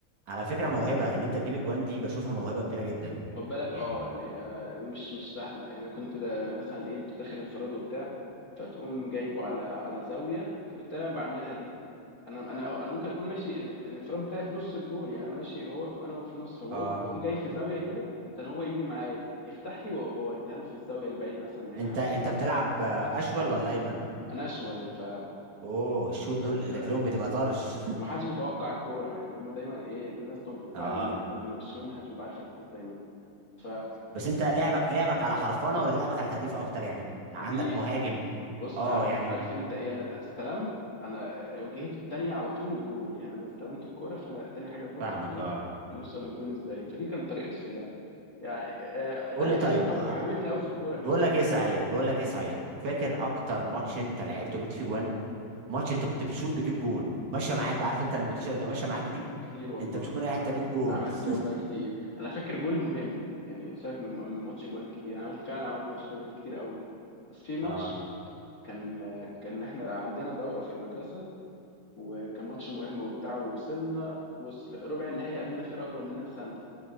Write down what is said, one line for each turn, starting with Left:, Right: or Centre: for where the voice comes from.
Right: على فكره موهبه ان انت تجيب اجوان دي بشوفها موهبه كبيره جدا
Left: خد بالك
Right: يعني
Left: اه يعني آه ومش مش سهله يعني كنت ده مثلا ايه انت داخل انفراد وبتاع فتقوم جايبه على على زاويه كنت انا بعملها دي انا انا انا ممكن اكون ماشي ال- الانفراد بتاعي في نص الجول يعني انا ماشي هو انا هو في النص فبقوم
Right: اه
Left: جاي في زاويه كده عشان هو يجي معايا يفتح لي و- واوديها له في الزاويه البعيده مثلا ما يلحقهاش
Right: انت انت بتلعب آه، اشول ولا ايمن
Left: انا اشول ف
Right: اوه الشول
Left: ف,
Right: دول
Left: ف...
Right: رجليهم
Left: ما
Right: بتبقى
Left: ك-
Right: طرش
Left: ومحدش بيتوقع الكوره يعني هم دايما ايه الناس تبقى
Right: <laughs>
Left: متوقعه
Right: اه
Left: اليمين قوي انما الشمال محدش بيبقى عارف هتيجي ازاي منه ف-
Right: بس انت لعبك لعبك على حرفنه ولا لعبك على تهديف اكتر يعني عندك
Left: دي
Right: مهاجم
Left: بص
Right: اه
Left: عارف
Right: يعني
Left: عارف انت ايه انا استلمت انا واجهتي التانية على طول الجول يعني انا استلمت الكورة فانا تاني حاجة بفكر
Right: فاهمك
Left: فيها
Right: اه
Left: هنوصل للجون ازاي فدي كانت طريقتي في اللعب يعني آه، ده
Right: قول
Left: اللي
Right: لي طيب
Left: حبيبني
Right: آه،
Left: أو حبيبتني قوي في الكورة كهواية
Right: بقول لك ايه صحيح بقول لك ايه صحيح فاكر اكتر ماتش انت لعبته جبت فيه جوان ماتش انت كنت بتشوط تجيب جون ماشيه معاك بقى عارف انت الموتوشه اللي بتبقى ماشيه معاك دي
Left: كتير والله
Right: انت بتشوف من اي حته
Left: نعم،
Right: تجيب جون
Left: عملت
Right: <laughs>
Left: والله كتير انا فاكر جول مهم يعني سيبك من من ماتش جوان كتير انا عملت فعلا عملت ماتشات جوان كتير قوي بس في ماتش
Right: اه
Left: كان آه، كان احنا عندنا دورة في المدرسة وكان ماتش مهم وبتاع ووصلنا بص ربع النهائي قابلنا فرقة أكبر مننا بسنة